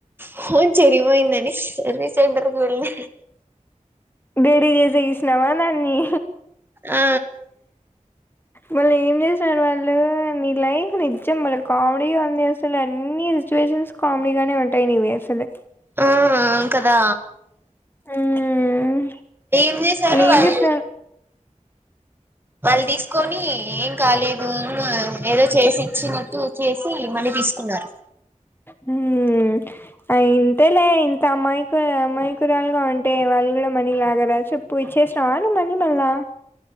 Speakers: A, on the right; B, on the left.
A: ఫోన్ చెరిగిపోయిందని సర్వీస్ సెంటర్కి వెల్లిన
B: డేరింగ్ జేసి గీసినావా దాన్ని
A: ఆ
B: వాళ్ళు ఏం చేసారు వాళ్ళు నీ లైఫ్ నిజ్జం బలే కామెడీగ ఉంది అసలన్నీ సిచ్యువేషన్స్ కామెడీగానే ఉంటయి నీవి అసలు
A: ఆ కదా
B: మ్మ్
A: ఏం జేసారు
B: ఏం
A: వాళ్ళు
B: చెప్పినారు
A: వాళ్తీసుకొని ఏం కాలేదు ఏం ఏదో చేసి చ్చినట్లు చేసి మళ్ళీ తీసుకున్నారు
B: హ్మ్ అయిత్ ఇంతేలే ఇంత అమాయక అమాయకురాలుగా ఉంటే వాళ్ళు గుడా మనీ లాగరా చెప్పు ఇచ్చేస్త్ అవును మణిమల్లా